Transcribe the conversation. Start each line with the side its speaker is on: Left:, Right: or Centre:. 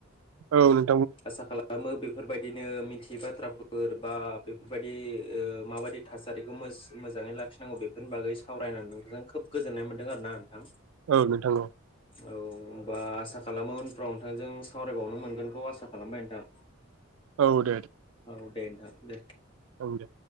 Right: औ नों
Left: आसा खालामो बि बेफोरबायदिनो मिथियै बाथ्राफोर बा बेफोरबायदि ओ माबायदि थासारिखौ मोज-मोजाङै लाखिनांगौ बेफोरनि बागै सावरायनानै नोंथांजों खोब गोजोननाय मोनदों आरोना नोंथां
Right: औ नोंथां औ
Left: औ होनबा आसा खालामो उनफ्राव नोंथांजों सावरायबावनो मोनगोनखौ आसा खालामबाय नोंथां
Right: औ दे दे
Left: औ दे नोंथां दे
Right: ओं दे